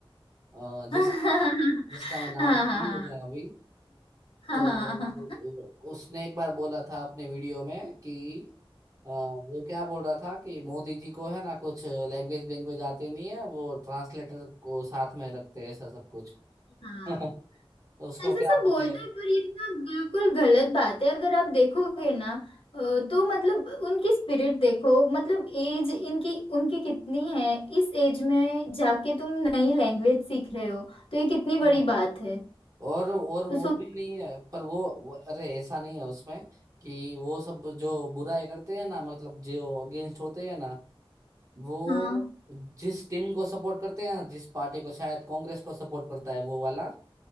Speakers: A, on the right; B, on the left.
A: अ,
B: <laughs>
A: जिसका मैं जिसका मैं नाम
B: हाँ हाँ
A: नहीं लूंगा अभी
B: हाँ
A: तो वो-
B: हाँ
A: उसने एक बार बोला था अपने वीडियो में कि अ, वो क्या बोल रहा था कि मोदी जी को है ना कुछ लैंग्वेज वैंग्वेज आते नहीं है वो ट्रांसलेटर को साथ में रखते हैं ऐसा सब कुछ
B: हाँ।
A: <laughs> तो उसको
B: ऐसे
A: क्या
B: सब
A: बोले
B: बोलते हैं पर ये ना बिल्कुल गलत बात है अगर आप देखोगे ना अ, तो मतलब उनकी स्पिरिट देखो मतलब एज इनकी उनकी कितनी है इस एज में जाके तुम नई लैंग्वेज सीख रहे हो तो ये कितनी
A: हाँ।
B: बड़ी बात है
A: और और वो
B: तो सोचो
A: भी नहीं है पर वो, वो अरे ऐसा नहीं है उसमें कि वो सब जो बुराई करते हैं ना मतलब जो अगेंस्ट होते हैं ना वो
B: हाँ
A: जिस टीम को सपोर्ट करते हैं जिस पार्टी को शायद कांग्रेस को सपोर्ट करता है वो वाला